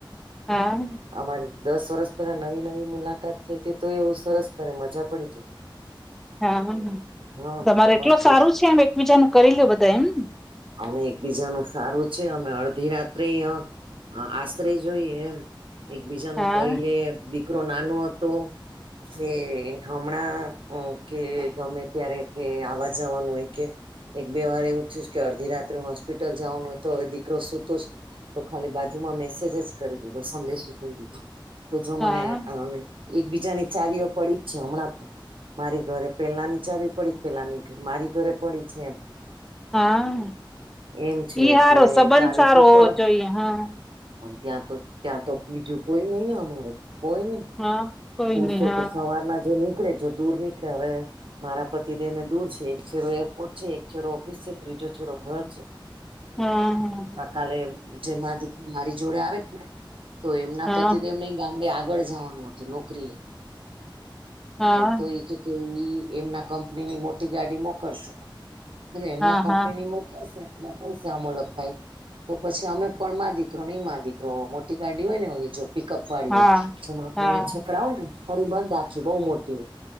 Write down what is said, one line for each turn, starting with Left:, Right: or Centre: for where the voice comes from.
Centre: હા.
Right: અમારી દસ વર્ષ પેલા નવી નવી મુલાકાત થઈ હતી તો એવું સરસ કરે મજા પડી જાય. <inaudible>
Centre: હા,
Right: હા
Centre: તમારે એટલ
Right: મસ્ત
Centre: સારું છે એમ એકબીજા ન કરી લે બધા એમને.
Right: અમે એકબીજા ન સારું છે અમે અડધી રાત્રે હ આશરે જોઈએ એમ, એકબીજા ન
Centre: હા
Right: કરી લે દીકરો નાનો હતો. કે હમણાં કે ગમે ત્યારે કે આવવા જવાનું હોય કે. એક બે વાર એવું થયું કે અડધી રાત્રે હોસ્પિટલ જવાનું હોય તો હવે દીકરો સુતું જ તો ખાલી બાજુમાં મેસેજ જ કરી દીધો, સંદેશું કહી દીધું કે જો
Centre: હા
Right: મને એકબીજા ની ચાવીઓ પડી જ છે હમણાં પણ મારી ઘરે પેલા ની ચાવી પડી પેલાની મારી ઘરે પડી છે એમ.
Centre: હા,
Right: એમ છે
Centre: ઈ
Right: એટલે
Centre: સારો સંબંધ
Right: ચાવી
Centre: સારો
Right: તો
Centre: હોવો
Right: પ
Centre: છો હા.
Right: ત્યાં તો ત્યાં તો બીજું કોઈ નઈ ને અમારે કોઈ નઈ.
Centre: હા કોઈ
Right: પુરસો
Centre: નહી હા
Right: તો સવારના જે નીકળે જો દૂર નીકળે હવે મારા પતિદેવને દૂર છે એક છેરો એરપોર્ટ છે એક છેડો ઓફિસ છે ત્રીજો છેડો ઘર છે.
Centre: હમ હા.
Right: કલે જેમાં દીકરી મારી જોડે આવે ને, તો એમના
Centre: હા
Right: પતિદેવ નઈ ગામ આગળ જવાનું હતું નોકરી,
Centre: હા
Right: તો કે કેઈ એમના કંપનીની મોટી ગાડી મોકલશે. એ એમના
Centre: હા
Right: કંપની
Centre: હા
Right: ની મ કરશેકશે અમોલક ભાઈ, તો પછી અમે પણ મારી દીકરો નહી માં દીકરો મોટી ગાડી હોય, નેજો પિકઅપ વા
Centre: હા
Right: હોય એમાં આપડે
Centre: હા
Right: અયા છકડા આવ ને. ખરી બંધ રાખી બઉુ મોટી.